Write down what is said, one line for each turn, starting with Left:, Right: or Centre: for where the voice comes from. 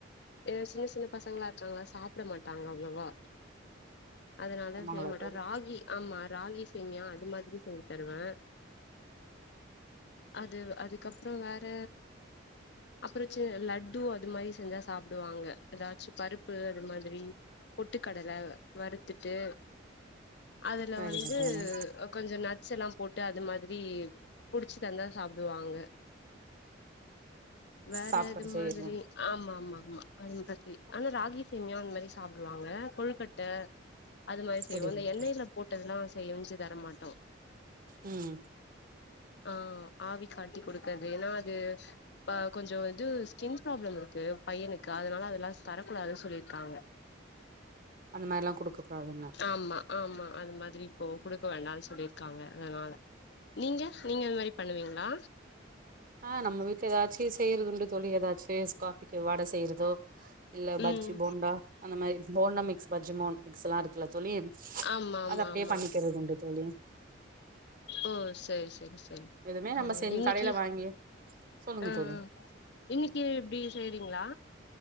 Left: எ சின்ன சின்ன பசங்களா இருக்காங்ளா சாப்ட மாட்டாங்க அவ்ளவா அதனால
Right: ஆமாங்களா
Left: செய்ய மாட்டே
Right: தோழி
Left: ராகி ஆமா ராகி சேமியா அது மாதிரி செஞ்சு தருவே அது அதுக்கப்புற வேற அப்புறச்சே லட்டு அது மாரி செஞ்சா சாப்டுவாங்க எதாச்சு பருப்பு அது மாதிரி பொட்டுக்கடல வறுத்துட்டு அதுல
Right: சரிங்க
Left: வந்து
Right: தோழி
Left: கொஞ்ச நட்ஸ் எல்லா போட்டு அது மாதிரி புடிச்சு தந்தா சாப்டுவாங்க வேற
Right: சாப்ட்ற
Left: இது
Right: செய்யறது
Left: மாதிரி ஆமா ஆமா அமா அது மாதிரி ஆனா ராகி சேமியா அந்த மாரி சாப்டுவாங்க கொழுக்கட்ட அது மாரி செய்வோ
Right: புரியுதுங்க
Left: இந்த எண்ணெய்ல
Right: தோழி
Left: போட்டதெல்லா செய் வஞ்சு தரமாட்டோ
Right: ம்
Left: <unintelligible> ஆ ஆவி காட்டி கொடுக்றது ஏன்னா அது இப்ப கொஞ்ச இது ஸ்கின் ப்ராப்ளம் இருக்கு பையனுக்கு அதனால அதெல்லா தரக்கூடாதுன் சொல்லிர்க்காங்க
Right: அந்த மாரிலா குடுக்க கூடாதுன்னு
Left: ஆமா ஆமா அது மாதிரி இப்போ குடுக்க வேண்டான் சொல்லிருக்காங்க அதனால நீங்க நீங்க அந்த மாரி பண்ணுவீங்களா
Right: ஆ நம்ம வீட்ல எதாச்சு செய்யறதுண்டு தோழி எதாச்சு காஃபிக்கு வட செய்யறதோ இல்ல
Left: ம்
Right: பஜ்ஜி போண்டா அந்த மாரி போண்டா மிக்ஸ் பஜ்ஜி மிக்ஸெல்லா இருக்குல்ல தோழி
Left: ஆமா ஆமா
Right: அது அப்டியே
Left: ஆமா
Right: பண்ணிக்கிறதுண்டு தோழி
Left: ஓ சரி சரி
Right: எதுவுமே
Left: ஆ
Right: நம்ம செஞ்
Left: இன்னக்கி
Right: கடையில வாங்கி சொல்லுங்க
Left: ஆ
Right: தோழி
Left: இன்னக்கி எப்டி செய்றீங்ளா